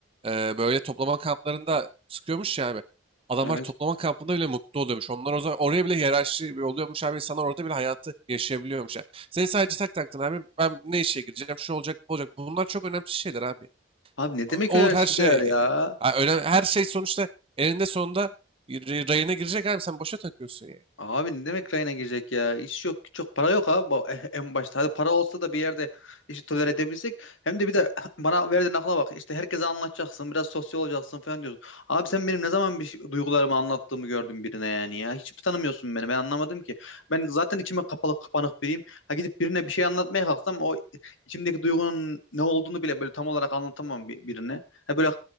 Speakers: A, on the right (about 30°); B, on the left (about 80°).
A: e, böyle toplama kamplarında sıkıyormuş ya abi. Adamlar
B: Evet.
A: toplama kampında bile mutlu oluyormuş. Onlar o zaman oraya bile hiyerarşi oluyormuş abi. İnsanlar orada bile hayatı yaşayabiliyormuş. Yani. Seni sadece tak taktın abi. Ben ne işe gireceğim? Şu olacak, bu olacak. Bunlar çok önemli şeyler abi
B: Abi ne demek
A: olur
B: önerseler
A: her şey. e,
B: ya?
A: Ha, öyle her şey sonuçta eninde sonunda rayına girecek abi sen boşa takıyorsun ya.
B: Abi ne demek rayına girecek ya? İş yok, güç yok. Para yok abi bu- <laughs> en başta. Hadi para olsa da bir yerde işi tolere edebilsek. Hem de bir de <laughs> bana verdiğin akla bak. İşte herkese anlatacaksın, biraz sosyal olacaksın falan diyorsun. Abi sen benim ne zaman bir şey- duygularımı anlattığımı gördün birine yani ya. Hiç mi tanımıyorsun beni? Ben anlamadım ki. Ben zaten içime kapalı kapanık biriyim. Ha gidip birine bir şey anlatmaya kalksam o içimdeki duygunun ne olduğunu bile böyle tam olarak anlatamam bi- birine. Ha böyle